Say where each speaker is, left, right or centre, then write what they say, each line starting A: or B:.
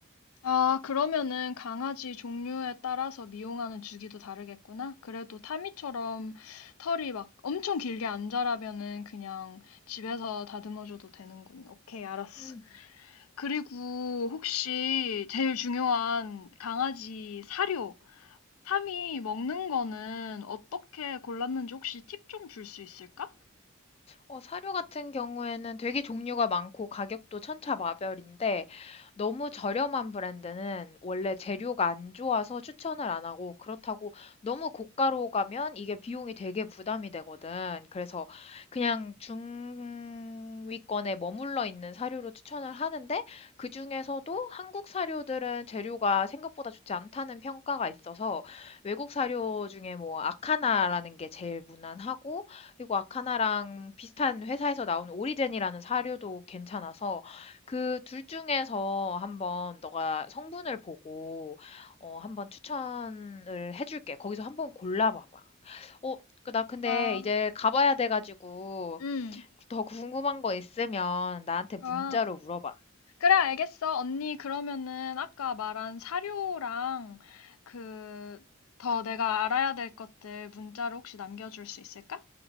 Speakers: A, on the left; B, on the left.
A: 아, 그러면은 강아지 종류에 따라서 미용하는 주기도 다르겠구나. 그래도 타미처럼 털이 막 엄청 길게 안 자라면은 그냥 집에서 다듬어줘도 되는군. 오케이, 알았어.
B: 음.
A: 그리고 혹시 제일 중요한 강아지 사료. 삼이 먹는 거는 어떻게 골랐는지 혹시 팁 좀 줄 수 있을까?
B: 어, 사료 같은 경우에는 되게 종류가 많고 가격도 천차만별인데 너무 저렴한 브랜드는 원래 재료가 안 좋아서 추천을 안 하고 그렇다고 너무 고가로 가면 이게 비용이 되게 부담이 되거든. 그래서 그냥 중위권에 머물러 있는 사료로 추천을 하는데 그중에서도 한국 사료들은 재료가 생각보다 좋지 않다는 평가가 있어서 외국 사료 중에 뭐 아카나라는 게 제일 무난하고 그리고 아카나랑 비슷한 회사에서 나온 오리젠이라는 사료도 괜찮아서 그 둘 중에서 한번 너가 성분을 보고 어, 한번 추천을 해줄게. 거기서 한번 골라봐봐. 어, 그 나 근데
A: 아,
B: 이제 가봐야 돼가지고
A: 음.
B: 더 궁금한 거 있으면 나한테 문자로
A: 아,
B: 물어봐.
A: 그래, 알겠어. 언니, 그러면은 아까 말한 사료랑 그, 더 내가 알아야 될 것들 문자로 혹시 남겨줄 수 있을까?